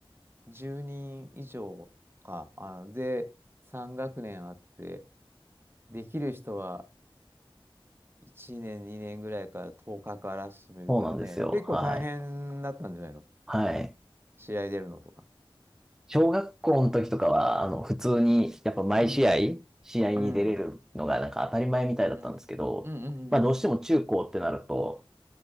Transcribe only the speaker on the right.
う、10人以上か。あ、で、3学年あって、できる人は、1年、2年ぐらいから10日かから始めるからね、
結構大変だったんじゃないの
試合出るのとか。
うん。
うん。
うん。うん。うん。うん。